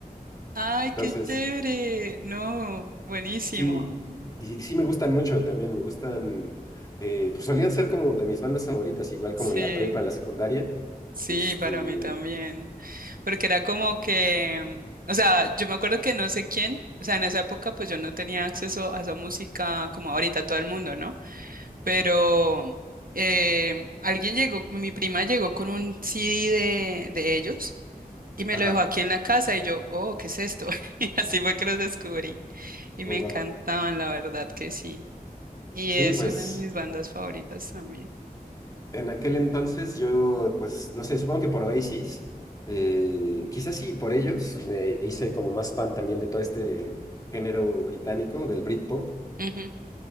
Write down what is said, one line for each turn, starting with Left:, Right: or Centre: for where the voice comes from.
Right: Ay, qué
Left: Entonces,
Right: chévere. No, buenísimo.
Left: sí, y sí me gustan mucho también, me gustan, eh, pues solían ser como de mis bandas favoritas, igual
Right: Sí,
Left: como en la prepa, en la secundaria.
Right: sí,
Left: Este,
Right: para mí también. Porque era como que, o sea, yo me acuerdo que no sé quién, o sea, en esa época pues yo no tenía acceso a esa música como ahorita todo el mundo, ¿no? Pero em, alguien llegó, mi prima llegó con un CD de, de ellos y me
Left: ajá,
Right: lo dejó aquí en la casa y yo, oh, ¿qué es esto? <laughs> Y así fue que los descubrí. Y me
Left: oh, wow.
Right: encantaban, la verdad que sí. Y
Left: Sí,
Right: es
Left: pues
Right: una de mis bandas favoritas también.
Left: en aquel entonces yo, pues no sé, supongo que por Oasis, eh, quizás sí por ellos, me hice como más fan también de todo este género británico, del Britpop.
Right: Ujú,